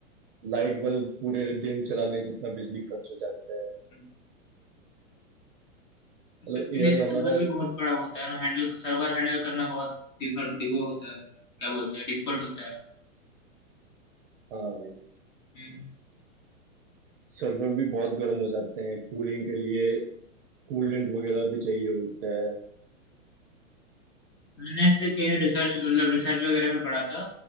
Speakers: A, on the right; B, on the left.
A: लाइट बल्ब पूरे दिन चलाने जितना बिजली खर्च हो जाता है
B: हम्म। तो सबके
A: मतलब एआई
B: लिए सर्वर
A: हमारा
B: भी बहुत बड़ा होता है ना हैंडल सर्वर हैंडल करना बहुत डिफिकल्ट वो होता है क्या बोलते हैं डिफिकल्ट होता है
A: हाँ भाई
B: हम्म
A: सर्वर भी बहुत गर्म हो जाते हैं कूलिंग के लिए कूलेंट वगैरह भी चाहिए होता है
B: मैंने ऐसे कहीं रिसर्च मतलब रिसर्च वगैरह में पढ़ा था